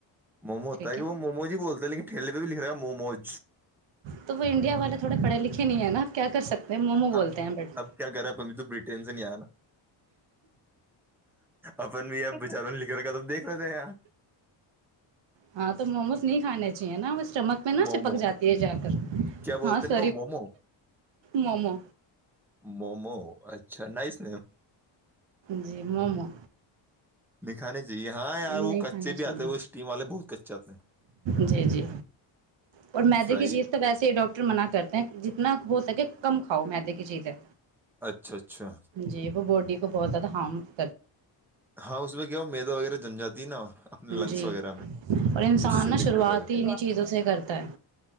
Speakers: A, in the centre; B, on the right.
A: مومو ہوتا
B: ٹھیک
A: ہے وہ
B: نا
A: مومو ج بولتے لیکن ھیلے پہ لکھ رہا ہے موموز
B: تو وہ انڈیا والے تھوڑے پڑھے لکھے نہیں ہے نا آپ کیا کر سکتے ہیں مومو بولتے
A: اب
B: ہیں بٹ
A: اب کیا کر رہا پ تو ب ٹینشن ہی آ نا اپن بھی یہ چاروں لکھ رہ کا تو دیکھ لیتے ار
B: ہاں تو موموز نہیں کھانے چاہیے نا اس اسٹمک میں نا
A: مومو
B: چپک جاتی ہے جا کر
A: کیا
B: ہاں
A: بولتے ہیں
B: س
A: ان کو مومو
B: مومو
A: مومو اچھا نہیں
B: جی مومو
A: مکھانے جی ہاں یار
B: نہیں
A: وہ کچے
B: کھانا چاہیے
A: بھی آتے وہ اسٹیم والے بہت کچے آتے ہیں
B: جی جی اور مدے
A: فرائی
B: کی چیز تو ویسے ہی ڈاکٹر منع کرتے ہیں جتنا ہو س کہ کم کاؤ میں د کی چیز ہے
A: اچھا اچھا
B: جی وہ بوڈی کو بہت زیاد ہام <inaudible>
A: ہاں اس میں کیا ہو میدا وغیرہ جن جاتی ہے نا اپنے لنگس
B: جی
A: وغیرہ میں
B: اور انسان
A: تو اس سے
B: نا شروعات
A: دقت آ جاتی
B: ہی انیں
A: ہے
B: چیزوں سے کرتا ہے